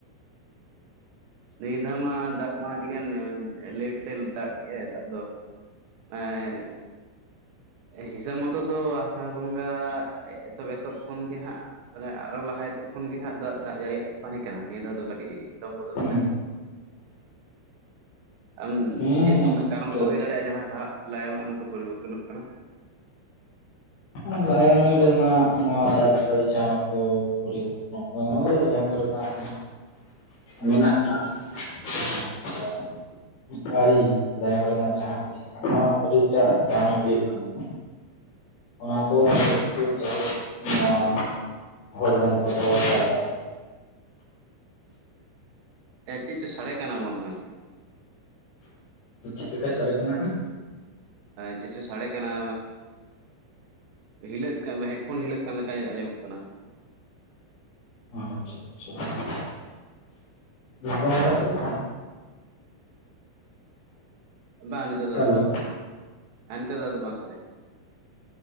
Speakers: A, on the right (about 85°); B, on the left (about 60°).
A: ᱱᱤᱭᱟᱹ ᱫᱷᱟᱣ ᱢᱟ ᱫᱟᱜ ᱢᱟ ᱟᱹᱰᱤ ᱜᱟᱱ ᱞᱮᱴ ᱛᱮ ᱫᱟᱜ ᱠᱮᱫᱮᱜᱟᱭ ᱫᱟᱜ ᱫᱚ <unintelligible> ᱦᱤᱥᱟᱹᱵ ᱢᱚᱛᱚ ᱫᱚ ᱟᱥᱟᱲ ᱵᱚᱸᱜᱟ ᱮᱛᱚᱦᱚᱵᱽᱼᱮᱛᱚᱦᱚᱵᱽ ᱠᱷᱚᱱ ᱜᱮ ᱦᱟᱸᱜ ᱢᱟᱱᱮ ᱟᱨᱚᱭ ᱞᱟᱦᱟ ᱦᱤᱛᱚᱜ ᱠᱷᱚᱱ ᱜᱮ ᱫᱟᱜ ᱡᱟᱹᱲᱤᱭᱟᱜ ᱛᱟᱦᱮᱸ ᱠᱟᱱᱟ ᱱᱤᱭᱟᱹ ᱫᱷᱟᱣ ᱫᱚ ᱠᱟᱹᱴᱤᱡ ᱵᱤᱞᱚᱢ ᱜᱚᱫ
B: ᱦᱩᱸ
A: ᱠᱟᱱᱟᱭ᱾ ᱟᱢ
B: ᱦᱮᱸ ᱦᱮᱸ
A: ᱪᱮᱫ ᱚᱱᱠᱟ
B: ᱚᱱᱠᱟᱜᱮ
A: ᱠᱟᱨᱚᱱ ᱠᱚ ᱦᱩᱭ ᱫᱟᱲᱮᱭᱟᱜᱼᱟ ᱡᱟᱦᱟᱸ ᱞᱟᱦᱟᱜ ᱞᱟᱭᱚᱜ ᱱᱚᱝᱠᱟ ᱯᱚᱨᱤᱵᱚᱨᱛᱚᱱᱚᱜ ᱠᱟᱱᱟ᱾
B: <unintelligible> ᱨᱮᱱᱟᱜ ᱱᱚᱣᱟ ᱫᱟᱜ ᱡᱟᱹᱲᱤ ᱡᱟᱦᱟᱸ ᱠᱚ ᱯᱚᱨᱤᱵᱚᱨᱛᱚᱱ ᱱᱚᱣᱟ ᱫᱚ ᱞᱟᱭᱚᱝ ᱨᱮᱱᱟᱜ ᱢᱮᱱᱟᱜᱼᱟ <unintelligible> ᱟᱹᱨᱤ ᱞᱟᱭᱚᱝ ᱨᱮᱱᱟᱜ ᱡᱟᱦᱟᱸ ᱟᱹᱨᱤ ᱚᱱᱟ ᱟᱹᱰᱤᱴᱟᱜ ᱵᱟᱝ ᱦᱩᱭᱩᱜ ᱠᱟᱱᱟ᱾ ᱚᱱᱟ
A: ᱟᱪᱪᱷᱟ
B: ᱠᱚ ᱚᱱ ᱛᱮᱜᱮ ᱡᱚ ᱱᱚᱣᱟ ᱦᱚᱞᱚᱝ ᱠᱚᱫᱚ ᱯᱟᱞᱴᱟᱜ ᱠᱟᱱᱟ
A: ᱪᱮᱫ ᱪᱚ ᱥᱟᱰᱮ ᱠᱟᱱᱟ ᱢᱚᱱ ᱦᱚᱸᱭ
B: ᱪᱮᱫ ᱞᱮᱠᱟᱭ ᱥᱟᱰᱮ ᱠᱟᱱᱟ ᱦᱟᱜ
A: ᱪᱮᱫ ᱪᱚ ᱥᱟᱲᱮ ᱠᱟᱱᱟ ᱦᱤᱞᱟᱹᱜ ᱠᱟᱱ ᱦᱮᱸᱰᱯᱷᱳᱱ ᱦᱤᱞᱟᱹᱜ ᱠᱟᱱ ᱞᱮᱠᱟᱭ ᱟᱸᱡᱚᱢᱚᱜ ᱠᱟᱱᱟ
B: <unintelligible> ᱱᱤᱛᱚᱝ ᱚᱱᱠᱟ ᱥᱟᱰᱮ ᱠᱟᱱᱟ᱾
A: ᱵᱟᱝ ᱱᱤᱛᱚᱜ
B: ᱦᱮᱞᱳ
A: ᱫᱚ ᱵᱟᱝ ᱥᱟᱰᱮ ᱱᱤᱛᱚᱜ ᱫᱚ ᱵᱟᱝ ᱥᱟᱰᱮ ᱠᱟᱱᱟ